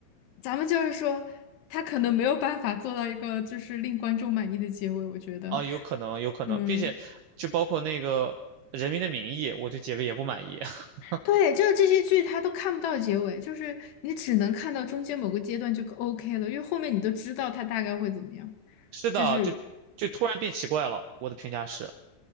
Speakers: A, on the left; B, on the right.
A: 咱们就是说，他可能没有办法做到一个就是令观众满意的结尾，我觉得。
B: 啊，有可能，有可能，
A: 嗯。
B: 并且就包括那个《人民的名义》，我对结尾也不满意。<laughs>
A: 对，就是这些剧它都看不到结尾，就是你只能看到中间某个阶段就 OK 了，因为后面你都知道它大概会怎么样，
B: 是的，
A: 就是
B: 就就突然变奇怪了。我的评价是，